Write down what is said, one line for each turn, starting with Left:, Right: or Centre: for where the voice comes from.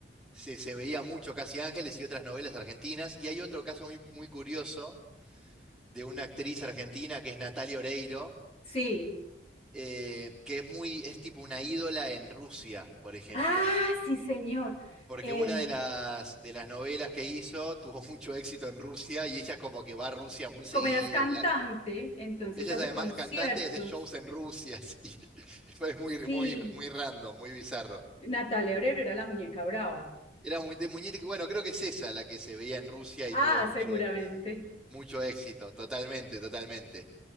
Centre: se, se veía mucho Casi Ángeles y otras novelas argentinas. Y hay otro caso muy, muy curioso de una actriz argentina que es Natalia Oreiro,
Left: sí.
Centre: eh, que es muy, es tipo una ídola en Rusia, por ejemplo.
Left: Ah, sí, señor.
Centre: Porque
Left: Eh,
Centre: una de las, de las novelas que hizo tuvo <laughs> mucho éxito en Rusia y ella como que va a Rusia muy seguido.
Left: como ella es cantante,
Centre: Y la,
Left: entonces
Centre: ella
Left: hace
Centre: es además
Left: conciertos.
Centre: cantante y hace shows en Rusia. <laughs> así. Fue muy,
Left: Sí,
Centre: muy, muy random, muy bizarro.
Left: Natalia Obrero era la muñeca brava.
Centre: Era muy de muñeca. Bueno, creo que es esa la que se veía en Rusia y
Left: Ah,
Centre: tuvo mucho,
Left: seguramente.
Centre: Mucho éxito, totalmente, totalmente.